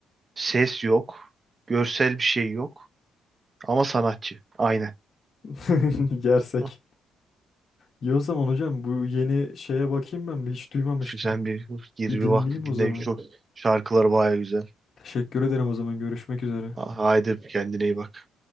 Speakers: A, on the right; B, on the left.
A: Ses yok. Görsel bir şey yok. Ama sanatçı. Aynen.
B: <laughs> Yersek.
A: Hı.
B: İyi o zaman hocam bu yeni şeye bakayım ben bir hiç duymamıştım.
A: Sen bir gir
B: Bir dinleyeyim
A: bir bak
B: o
A: dinle
B: zaman.
A: çok şarkıları baya güzel.
B: Teşekkür ederim o zaman görüşmek üzere.
A: Haydi kendine iyi bak.